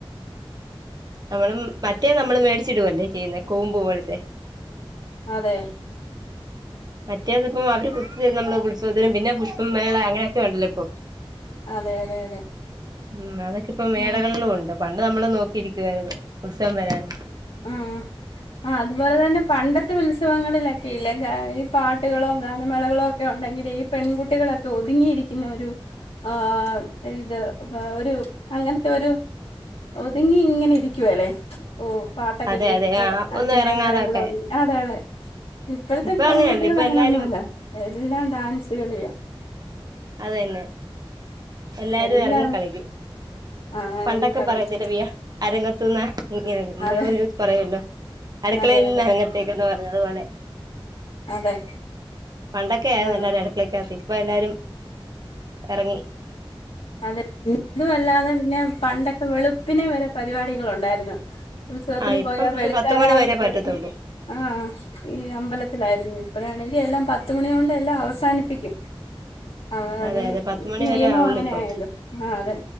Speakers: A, on the right (about 45°); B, on the left (about 85°).
A: നമ്മളും മറ്റേ നമ്മള് മേടിച്ചിടുവല്ലേ ചെയ്യുന്ന കൂമ്പൂപോലെത്തെ
B: അതെ
A: മറ്റേത്പ്പം അവര് കുത്തിതരും നമ്മള് ഉത്സവത്തിന് പിന്നെ പുഷ്പം മേള അങ് ങ്ങനെക്കെണ്ടല്ലോ ഇപ്പൊ
B: അതെ അതെ അതെ
A: ഉം അതൊക്കെ ഇപ്പ മേളകളിലും
B: ഉം
A: ഉണ്ട് പണ്ട് നമ്മള് നോക്കിയിരിക്കുവായിരുന്നു ഉത്സവം വരാന്
B: ആഹ് ആഹ് അതുപോലെ തന്നെ പണ്ടത്തെ ഉത്സവങ്ങളിലെക്കെ ഇല്ല ഗായ് പാട്ടുകളോ ഗാനമേളകളോ ഒക്കെ ഉണ്ടെങ്കിൽ ഈ പെൺകുട്ടികളൊക്കെ ഒതുങ്ങിയിരിക്കുന്ന ഒരു ആഹ് ഇത് ആഹ് ഒരു അങ്ങനത്തെ ഒരു ഒതുങ്ങി ഇങ്ങനെ ഇരിക്കുവല്ലേ ഓഹ് പാട്ടൊക്കെ
A: അതെ
B: കേട്ടിട്ട്
A: അതെ ആ
B: അച്ഛന്റെ
A: ഒന്നും ഇറങ്ങാതൊക്കെ
B: അമ്മടയും കൂടെ ഒതുങ്ങി അതെ അതെ ഇപ്പോഴത്തെ
A: ഇപ്പൊ
B: പെൺകുട്ടികൾ
A: അങ്ങനെയല്ല ഇപ്പൊ
B: അങ്ങനെന്നുമല്ല
A: എല്ലാരും
B: എല്ലാം ഡാൻസ് കളിയാ
A: അതന്നെ എല്ലാരും
B: എല്ലാവരും
A: എറങ്ങി കളിക്കും
B: ആഹ് ഇറങ്ങി
A: പണ്ടക്കെ
B: കളിക്കും
A: പറയത്തില്ലേ വ്യ അരങ്ങത്തുന്ന ഇങ്ങനെ എന്തോ
B: അതെ
A: ഒരു പറയല്ലോ അടുക്കളയിൽന്ന്
B: അതെ അതെ
A: അരങ്ങത് തെക്ക്ന്ന് പറഞ്ഞതുപോലെ
B: അതെ
A: പണ്ടക്കെ ആയിരുന്നു
B: ആഹ്
A: എല്ലാരും അടുക്കളക്കാത്തി ഇപ്പോ എല്ലാരും എറങ്ങി
B: അതെ ഇതുമല്ലാതെ പിന്നെ പണ്ടൊക്കെ വെളുപ്പിനെ വരെ പരിപാടികൾ ഉണ്ടായിരുന്നു ഉത്സവത്തിന്
A: ആ ഇപ്പം
B: പോയാ
A: പക്ഷെ
B: വെളുക്കാനാവുമ്പോ
A: പത്ത് മണി വരെ പറ്റത്തുള്ളൂ
B: വരും ആഹ് ഈ അമ്പലത്തിലായിരുന്നു ഇപ്പഴാണെങ്കിൽ എല്ലാം പത്തുമണി കൊണ്ട് എല്ലാം അവസാനിപ്പിക്കും <inaudible> അത്
A: അതെ അതെ പത്തുമണി
B: നിയമം
A: വരെ ആവുള്ളൂപ്പോ
B: അങ്ങനെ ആയല്ലോ ആഹ് അതെ